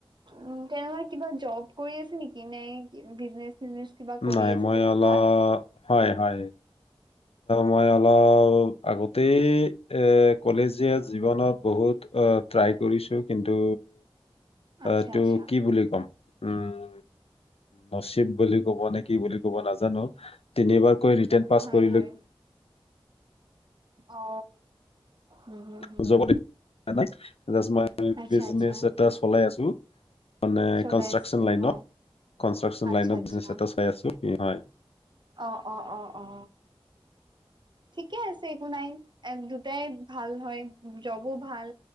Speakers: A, on the right; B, on the left.
A: উম তেয়ে কিবা যব কৰি আছে নেকি নে বিজনেচ চিজনেচ কিবা কৰি
B: নাই
A: আছে
B: মই
A: তেনেকুৱা
B: অলপ হয় হয়। মই অলপ আগতেই এই কলেজীয়া জীৱনত বহুত অ ট্ৰাই কৰিছোঁ কিন্তু
A: আচ্ছা
B: ইটো
A: আচ্ছা
B: কি বুলি কম উম। নচিব বুলি কব নে কি বুলি কব নাজানো তিনিবাৰকৈ ৰিটাৰ্ণ পাছ
A: হয়
B: কৰিলো
A: হয়। অ' উম উম।
B: <unintelligible> জাষ্ট মই
A: আচ্ছা
B: বিজনেচ
A: আচ্ছা
B: এটা চলাই আছোঁ। মানে
A: চলাই
B: কনষ্ট্ৰাকচন
A: আছে
B: লাইনত
A: ন?
B: কনষ্ট্ৰাকচন
A: আচ্ছা
B: লাইনত
A: আচ্ছা
B: বিজনেচ এটা চাই আছোঁ হয়।
A: অ অ অ অ। ঠিকে আছে একো নাই এ দুটাই ভাল হয় যবো ভাল